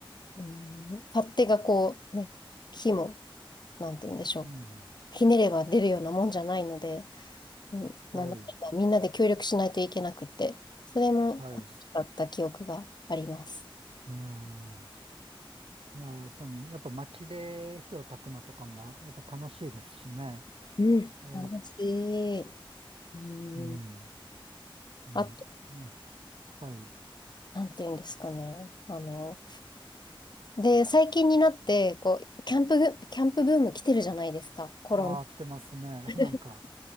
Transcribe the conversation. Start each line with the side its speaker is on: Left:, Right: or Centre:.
Left: う、うん、勝手がこうね、火も、なんて言うんでしょう。
Right: うん、
Left: ひねれば出るようなもんじゃないので、うん、
Right: はい、
Left: なんだかんだみんなで協力しないといけなくて、それも楽しかった記憶があります。
Right: はい。うん、いやー、その、やっぱ薪で火を焚くのとかも、やっぱ楽しいですしね。
Left: うん。
Right: ええ、
Left: 楽しい。うん、
Right: うん。ね。
Left: あと、
Right: うんはい。
Left: なんていうんですかね。あの、で、最近になって、こう、キャンプブ、キャンプブーム来てるじゃないですか、コロナ。
Right: ああ、来てますね。
Left: <laughs>
Right: <laughs> なんか、